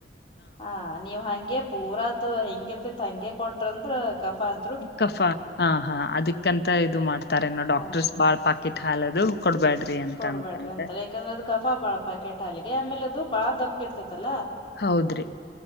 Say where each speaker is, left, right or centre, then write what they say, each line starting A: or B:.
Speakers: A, on the left; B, on the left.
A: ಹಾ ನೀವ ಹಂಗೆ ಪೂರದ್ ಹೆಂಗಿರ್ತಿತಿ ಹಂಗೆ ಕೊಟ್ರಂದ್ರ ಕಫ ಅಂತ
B: ಕಫಾ ಹಾ ಹಾ ಅದಕ್ಕಂತ ಇದು ಮಾಡ್ತಾರೆನ ಡಾಕ್ಟರ್ಸ್
A: ಹಾ
B: ಬಾಳ್ ಪಾಕಿಟ್ ಹಾಲದು ಕೊಟ್ಟಬ್ಯಾಡ್ರಿ ಅಂತ
A: ಕೊಡ್ಬೇಡ್ರಿ
B: ಅಂತಂದ
A: ಅಂತಾರೆ ಯಾಕಂದ್ರ ಅದ್ ಕಫಾ ಬಾಳ ಪ್ಯಾಕೆಟ್ ಹಾಲಿಗೆ ಆಮೇಲೆ ಅದು ಬಾಳ ದಪ್ಪ ಇರ್ತತೆಲ್ಲಾ
B: ಹೌದ್ರಿ